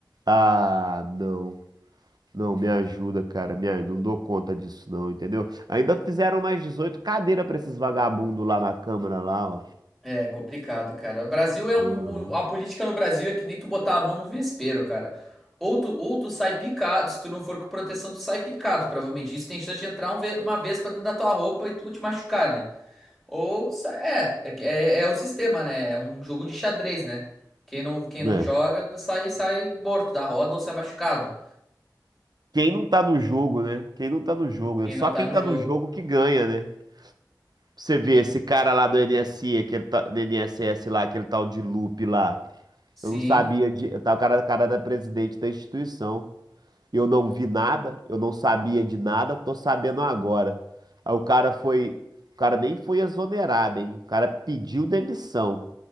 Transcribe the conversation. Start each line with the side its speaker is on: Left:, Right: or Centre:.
Right: Ah, não. Não, me ajuda, cara. Me aj- Não dou conta disso, não, entendeu? Ainda fizeram mais 18 cadeiras pra esses vagabundos lá na Câmara, lá, ó.
Centre: É complicado, cara. O Brasil é
Right: Hum,
Centre: um. um- A política no Brasil é que nem tu botar a mão num vespeiro, cara. Ou tu, ou tu sai picado, se tu não for com proteção, tu sai picado, provavelmente. Isso tem chance de entrar um ve- uma vez pra dentro da tua roupa e tu te machucar, né? Ou. sa- É, é, que- é, é o sistema, né? É um jogo de xadrez, né? Quem não, quem
Right: né?
Centre: não joga sai, sai morto da roda ou sai machucado.
Right: Quem não tá no jogo, né? Quem não tá no jogo, né?
Centre: Quem
Right: Só
Centre: não tá
Right: quem
Centre: no
Right: tá
Centre: jogo.
Right: no jogo que ganha, né? Você vê esse cara lá do NSI, aquele ta- do NSS lá, aquele tal de Lupe lá.
Centre: Sim,
Right: Eu não sabia de. Tá o cara, cara da presidente da instituição. Eu não vi nada, eu não sabia de nada, tô sabendo agora. Aí o cara foi, o cara nem foi exonerado, hein? O cara pediu demissão.